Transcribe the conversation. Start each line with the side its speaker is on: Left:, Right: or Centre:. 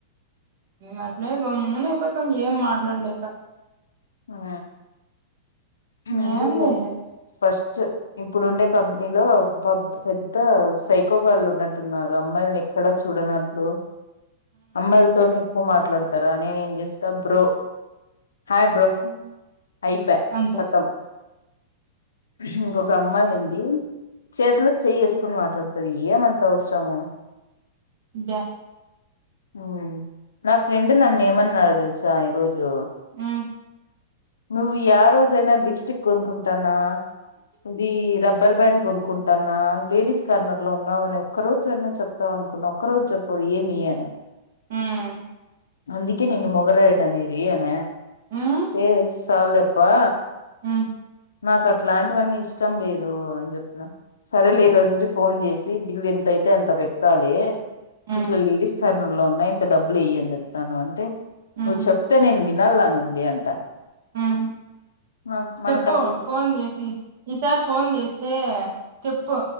Right: ఇ అట్లేమ్ నపోతేం ఏం మాట్లాడలేక
Left: ఆ
Right: ఏం
Left: అందుక
Right: చేసేది
Left: ఫస్ట్ ఇప్పుడు ఉండే కంపెనీలో పెద్ద సైకోకాల్లు ఉన్నట్టున్నారు అమ్మాయిల్ని ఎక్కడ చూడనట్లు అమ్మాయిలతోనే ఎక్కువ మాట్లాడతారా నేను ఏం చేస్తా బ్రో హయ బ్రో అయిప
Right: అంతే
Left: కతం ఇంకొక అమ్మాయి ఉంది చేతిలో చెయేస్త చకుని మాట్లాడుతుంది ఏమంత అవసరము
Right: బ
Left: హ నా ఫ్రెండ్ నన్న ఏమన్నా నాడ తెలుసా ఈ రోజు
Right: ఆ
Left: నువ్వు ఏ రోజైనా లిప్స్టిక్ కొనుక్కుంటాన్నా ఇది రబ్బర్ బ్యాండ్ కొనుక్కుంటాన్నా లేడీస్ కార్నర్ లో ఉన్నావు అని ఒక్క రోజ అయినా చెప్తావు అనుకున్నావు ఒకక్క రోజు చెప్పవు ఏమి అని
Right: హ్మ్మ్
Left: అందుికే నిన్న మొగర ఇడనే ఇది అన
Right: హ్మ్మ్
Left: ఎమ్ సాల్లేప్పా
Right: హు
Left: నాకు అట్లాంటివన్నీ ఇష్టం లేదు అన్ చెప్ సరేలే
Right: మ్మ్
Left: ఈ రోజు నుంచి ఫోన్ చేసి బిల్లు ఎంతయితే అంత పెట్టాలి
Right: మ్మ్
Left: ఇట్లా లేడిస్ కార్ ను లో ఉన్నాయి నైన్త్ డబ్బులు ఇయ్యని చెప్తాను అంటే
Right: మ్మ్
Left: నువ్ చెప్తతే నేన్ వి ళ్లానుంది అంట
Right: మ్మ్
Left: ఆ మనక
Right: చెప్పు ఫోన్ చేసి ఈసారి ఫోన్ చేస్తే చెప్పు